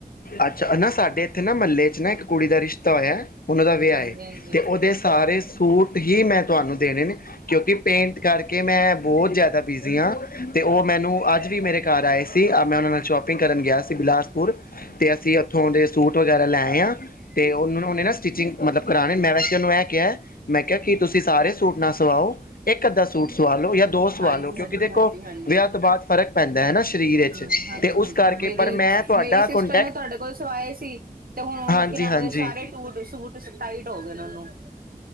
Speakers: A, on the left; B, on the right.
A: ਅੱਛਾ ਨਾ ਸਾਡੇ ਏਥੇ ਨਾ ਮਹੱਲੇ ਚ ਨਾ ਇੱਕ ਕੁੜੀ ਦਾ ਰਿਸ਼ਤਾ ਹੋਇਆ। ਉਹਨਾਂ ਦਾ ਵਿਆਹ
B: ਹਾਂਜੀ
A: ਏ
B: ਹਾਂਜੀ
A: ਤੇ ਉਹਦੇ ਸਾਰੇ ਸੂਟ ਹੀ ਮੈਂ ਤੁਹਾਨੂੰ ਦੇਣੇ ਨੇ ਕਿਉਂਕਿ ਪੇਂਟ ਕਰਕੇ ਮੈਂ ਬਹੁਤ ਜ਼ਿਆਦਾ ਬਿਜ਼ੀ ਹਾਂ। ਅਤੇ ਉਹ ਮੈਨੂੰ ਅੱਜ ਵੀ ਮੇਰੇ ਘਰ ਆਏ ਸੀ ਮੈਂ ਉਹਨਾਂ ਨਾਲ ਸ਼ੋਪਿੰਗ ਕਰਨ ਗਿਆ ਸੀ ਬਿਲਾਸਪੁਰ। ਤੇ ਅਸੀਂ ਉੱਥੋਂ ਦੇ ਸੂਟ ਵਗੈਰਾ ਲੈਏ ਆ ਤੇ ਉਹ ਨੂੰ ਓਨੇ ਨਾ ਸਟਿਚਿੰਗ ਮਤਲਬ ਕਰਾਣੇ ਮੈਂ ਵੈਸੇ ਓਹਨੂੰ ਐਂ ਕਿਆ ਮੈਂ ਕਿਹਾ ਕਿ ਤੁਸੀਂ ਸਾਰੇ ਸੂਟ ਨਾ ਸਵਾਓ ਇੱਕ ਅੱਧਾ ਸੂਟ ਸਵਾ ਲਓ ਜਾਂ ਦੋ ਸਵਾ
B: ਹਾਂਜੀ
A: ਲਓ ਕਿਉਂਕਿ
B: ਹਾਂਜੀ
A: ਦੇਖੋ
B: ਹਾਂਜੀ ਹਾਂਜੀ
A: ਵਿਆਹ ਤੋਂ ਬਾਅਦ ਫ਼ਰਕ ਪੈਂਦਾ ਐ ਨਾ ਸ਼ਰੀਰ ਵਿੱਚ
B: ਹਮ ਹਾਂਜੀ
A: ਤੇ ਉਸ
B: ਹਾਂਜੀ
A: ਕਰਕੇ
B: ਹੁਣ ਮੇਰੀ
A: ਪਰ ਮੈਂ ਤੁਹਾਡਾ
B: ਮੇਰੀ ਸਿਸਟਰ
A: ਕੋਂਟੈਕਟ
B: ਨੇ ਤੁਹਾਡੇ ਕੋਲ ਸਵਾਏ ਸੀ, ਤੇ ਹੁਣ ਓਹਨੂੰ
A: ਹਾਂਜੀ
B: ਕਿ ਨਾ
A: ਹਾਂਜੀ
B: ਸਾਰੇ ਟੂਟ ਸੂਟ ਸਤਾਈ ਗਏ ਉਹਨੂੰ <unintelligible>